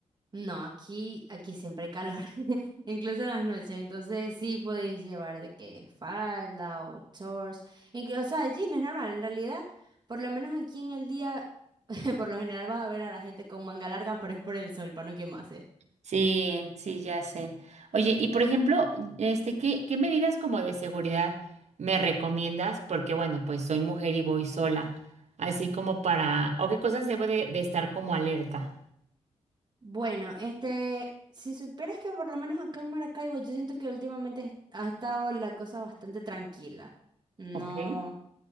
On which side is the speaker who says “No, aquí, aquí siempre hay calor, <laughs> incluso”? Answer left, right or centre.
Right